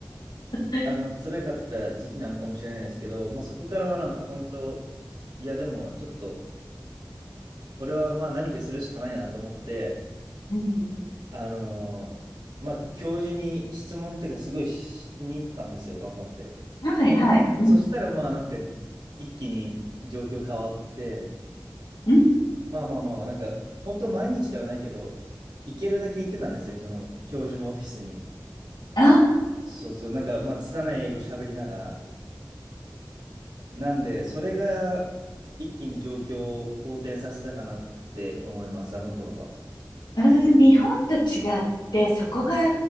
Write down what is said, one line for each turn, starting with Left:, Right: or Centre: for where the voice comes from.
Left: うん、
Right: あの、
Left: うん、
Right: 辛かった時期なのかもしれないですけど、まあそこからはなんか本当、いやでもちょっと、これはまあ何かするしかないなと思って、
Left: うん、うん
Right: あのーまあ教授に質問っていうかすごいしに行ったんですよ、頑張って。
Left: はい、はい、うん、
Right: そしたらまあなんか一気に状況変わって、
Left: うん。
Right: まあまあまあなんか本当毎日ではないけど、行けるだけ行ってたんですね、その教授のオフィスに。
Left: ああ
Right: そうそう、なんか、まあ、拙い英語喋りながら。なんで、それが一気に状況を好転させたかなって思います、あの頃は。
Left: うん、日本と違って、そこが